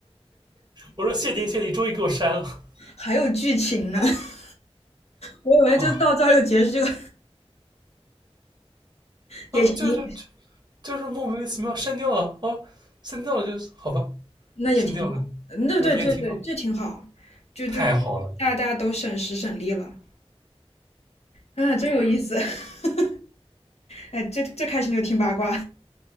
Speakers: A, on the right (about 40°); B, on the left (about 75°).
A: 我说谢天谢地，终于给我删了。
B: 还有剧情呢。<laughs> 我以为就到这儿就结束，
A: 哦
B: 这个也行，
A: 啊，就是就是莫名其妙删掉了哦，删掉了就是好吧，
B: 那也挺好。
A: 删掉了，
B: 那对对对对这挺好，
A: 嗯、也挺好，
B: 就就就大家大家都省时省力了，
A: 太好了。
B: 啊，真有意思。<laughs> 哎，这这开心就听八卦，